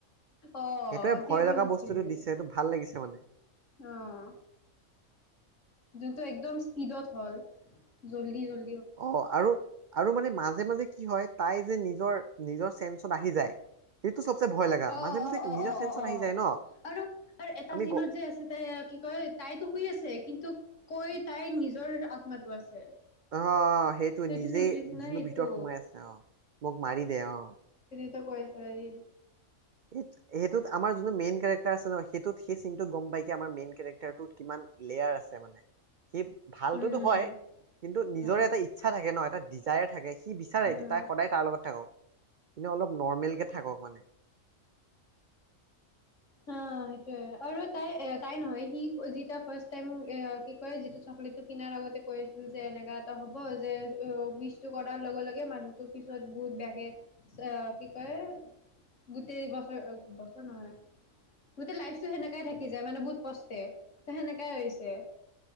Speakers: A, on the left; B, on the right.
A: অ
B: সেইটোৱে
A: বাকী
B: ভয়
A: একো
B: লগা
A: নাছিল
B: বস্তুটো দিছে সেইটো ভাল লাগিছে মানে
A: আহ তোৰ একদম ইস্পিডত হ' জ্বলি গল
B: অ আৰু আৰু মানে মাজে মাজে কি হয় তাই যে নিজৰ নিজৰ চেঞ্চত আহি যায় চবচে ভয় লগা
A: অঅ অ
B: মাজে মাজে
A: অ
B: নিজৰ
A: অ
B: চেন্সত
A: অ অ অ
B: আহি যায় ন
A: আৰু এটা
B: আমি
A: চিনত
B: গ
A: যে আছে তাই কি কয় তাইতো শুই আছে য়ে কিন্তু কৈ তাইৰ নিজৰ আত্মাটো আছে
B: অ সেইটো
A: ত এইটো
B: নিজেই
A: চিনটো দেখিছ না
B: যোন
A: সেইটো
B: ভিতৰত সোমাই আছে অ মোক মাৰি দে অ
A: কিবা কৈ আছে হেই
B: সেইটো সেইটোত আমাৰ যোনটো মেইন কেৰেক্টাৰ আছে ন সেইটোত সেই চিনটোত গম পাই আমাৰ মেইন কেৰেক্টাৰ টোত কিমান লেয়াৰ আছে মানে সি ভালতোতো
A: উম
B: হয় কিন্তু নিজৰে
A: হয়
B: এটা ইচ্ছা থাকে ন এটা ডিজায়াৰ থাকে সি বিচাৰে
A: উম
B: কি তাই সদায় তাৰ লগত থাকক এনে অলপ নৰৰ্মেল কে থাকক মানে
A: অ সেইটোয়ে আৰু তাই তাই নহয় সি যিটিয়া ফাৰ্ষ্ট টাইম এ কি কয় যিটো চকলেটটো কিনাৰ আগতে কৈ আছিল যে এনেকা এটা হ'ব যে উইচটো কৰাৰ লগে লগে মানুহটো পিছত বহুত বেয়াকে আ কি কয় গোটেই বছৰ বছৰ নহয় গোটেই লাইফটো সেনেকাই থাকি যায় মানে বহুত পষ্টে ত সেনেকাই হৈছে